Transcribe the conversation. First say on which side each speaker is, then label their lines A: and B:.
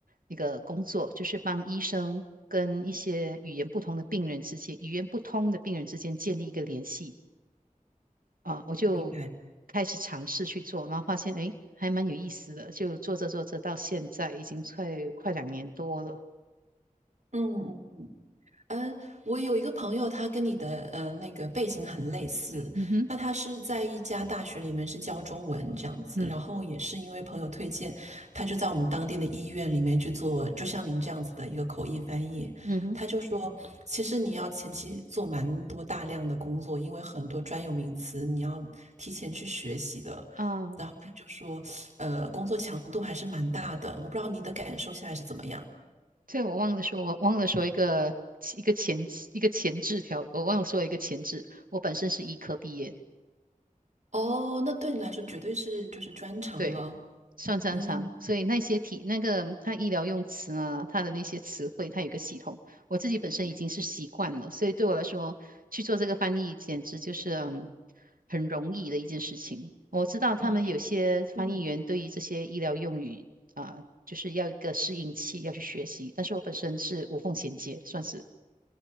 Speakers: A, on the right (about 90°); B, on the right (about 55°).
A: 一个工作，就是帮医生跟一些语言不同的病人之间、语言不通的病人之间建立一个联系啊。我就
B: 明白。
A: 开始尝试去做，然后发现诶，还蛮有意思的，就做着做着到现在已经快快两年多了。
B: 嗯嗯。嗯，我有一个朋友，他跟你的呃那个背景很类似，
A: 嗯哼，
B: 那他是在一家大学里面是教中文这样子，
A: 嗯
B: 然后也是因为朋友推荐，他就在我们当地的医院里面去做，就像您这样子的一个口译翻译。
A: 嗯哼。
B: 他就说，其实你要前期做蛮多大量的工作，因为很多专有名词你要提前去学习的。
A: 啊，
B: 然后他就说，呃，工作强度还是蛮大的，我不知道你的感受现在是怎么样。
A: 对，我忘了说，我忘了说一个一个前一个前置条，我忘了说一个前置。我本身是医科毕业的，
B: 哦，那对你来说绝对是就是专长了，
A: 对，算擅长，
B: 嗯，
A: 所以那些题那个它医疗用词呢，它的那些词汇，它有一个系统，我自己本身已经是习惯了，所以对我来说去做这个翻译，简直就是嗯很容易的一件事情。我知道他们有些翻译员对于这些医疗用语啊，
B: 啊，就嗯，
A: 就是要一个适应期，要去学习，但是我本身是无缝衔接，算是。